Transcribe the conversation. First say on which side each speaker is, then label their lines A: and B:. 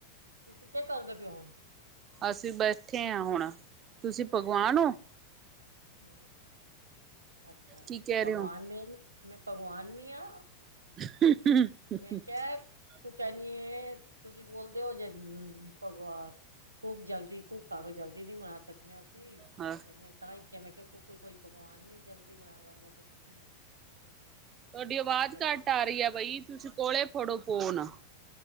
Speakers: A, on the right (about 85°); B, on the right (about 30°).
A: ਤੁਸੀਂ ਕਿ ਕਰਦੇ ਪਏ ਔ, ਹੁਣ
B: ਅਸੀਂ ਬੈਠੇ ਆ ਹੁਣ, ਤੁਸੀਂ ਭਗਵਾਨ ਹੋ
A: ਹੂ ਅੱਛਾ
B: ਕੀ ਕਹਿ
A: ਭਗਵਾਨ
B: ਰਹੇ ਹੋ
A: ਨਈ, ਮੈਂ ਭਗਵਾਨ ਨੀ ਆ
B: <unintelligible>
A: ਮੈਂ ਕਿਹਾ ਤੂੰ ਕਹਿਣੀ ਏ, ਤੁਸੀਂ ਬੋਲਦੇ ਹੋ ਜੇ ਭਗਵਾਨ ਘੂਕ ਜਲਦੀ ਘੂ ਘੋ ਜਲਦੀ ਨੀ ਮਨਾ ਸਕੀਆਂ ਅਸੀਂ
B: ਹਾਂ
A: ਤੇ ਮੈਂ ਤ ਤੇ ਮੈਂ ਕਿਹਾ, ਕੁੱਕ ਕੋਈ ਪਗਵਾਨ ਨੀ ਜਲਦੀ ਬਣਾ ਲੈਂਦਾ, ਤੇ ਤੁਸੀਂ
B: ਤੁਹਾਡੀ ਆਵਾਜ਼
A: ਚਲੋ
B: ਘੱਟ ਆ ਰਹੀ ਹੈ ਬਈ, ਤੁਸੀਂ ਕੋਲੇ ਫੜੋ ਫੋਨ